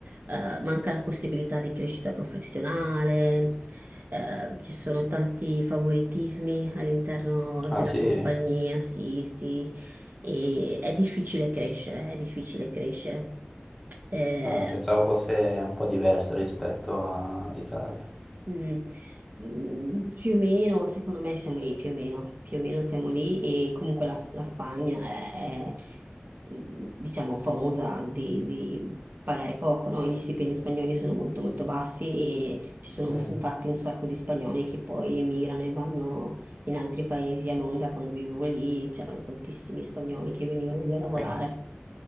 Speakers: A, on the right; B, in the centre.
A: eh, manca la possibilità di crescita professionale, eh, ci sono tanti favoritismi all'interno
B: Ah
A: della
B: sì,
A: compagnia, sì, sì, e è difficile crescere, è difficile crescere. Eh,
B: Ah, pensavo fosse un po' diverso rispetto all'Italia.
A: Mm. Mm, Più o meno, secondo me siamo lì, più o meno, più o meno siamo lì e comunque la, la Spagna è, è, mm, diciamo, famosa di, di pagare poco, no? Gli stipendi spagnoli sono molto molto bassi e ci sono
B: Sì.
A: infatti un sacco di spagnoli che poi emigrano e vanno in altri paesi. A Londra, quando vivevo lì, c'erano tantissimi spagnoli che venivano lì a lavorare.
B: Qui?